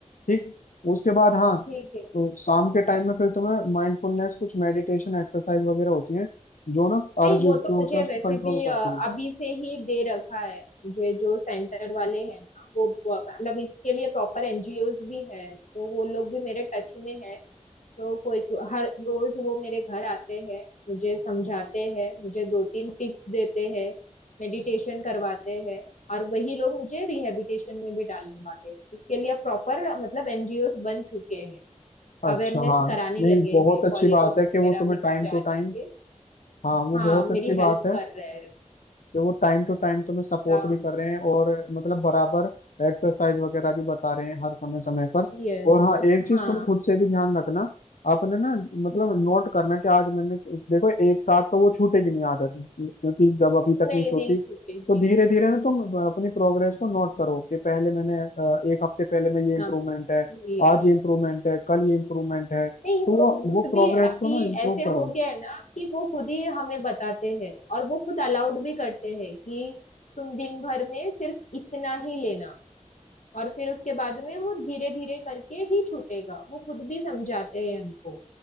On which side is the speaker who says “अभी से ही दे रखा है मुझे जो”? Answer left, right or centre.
Left